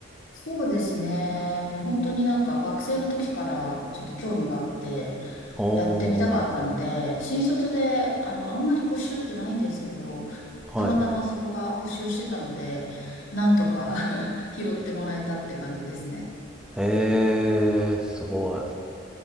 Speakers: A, on the left; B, in the centre.
A: そうですね。もう本当になんか学生の時からちょっと興味があって、
B: お
A: やってみたかったので、
B: ー
A: 新卒で、あの、あんまり募集ってないんですけど、
B: はい
A: たまたまそこが募集してたので、なんとか <laughs> 拾ってもらえたって感じですね。
B: へえすごい